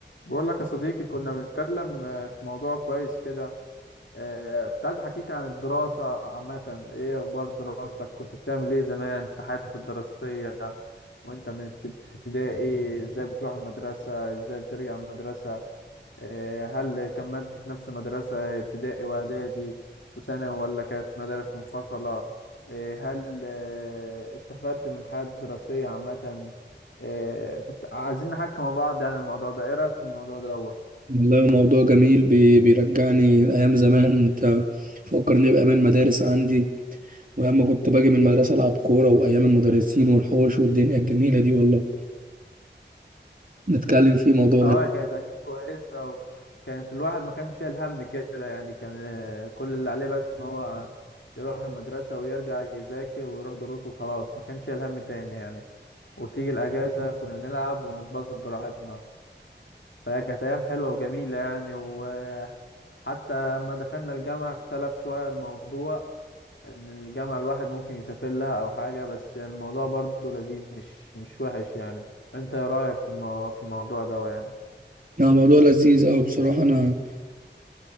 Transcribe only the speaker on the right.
والله هو موضوع جميل بي- بيرجعني لأيام زمان أنت فكرني بأيام المدارس عندي وأيام ما كنت باجي من المدرسة ألعب كورة وأيام المدرسين والحوش والدنيا الجميلة دي والله نتكلم فيه موضوع
جميل
يعني موضوع لذيذ أوي بصراحة أنا